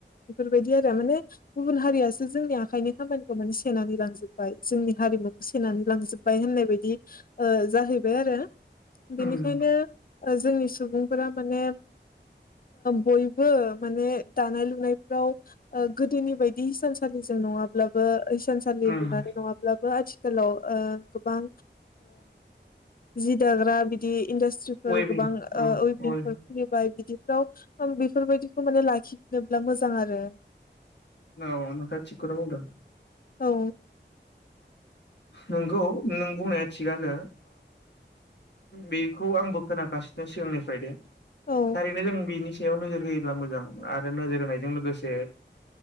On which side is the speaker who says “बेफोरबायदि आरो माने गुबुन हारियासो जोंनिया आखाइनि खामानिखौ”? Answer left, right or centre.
Left